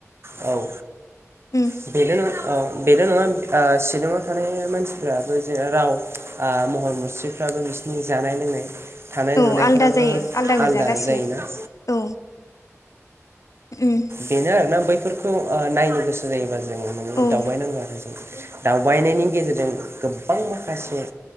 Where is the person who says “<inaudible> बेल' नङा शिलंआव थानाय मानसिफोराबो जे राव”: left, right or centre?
Right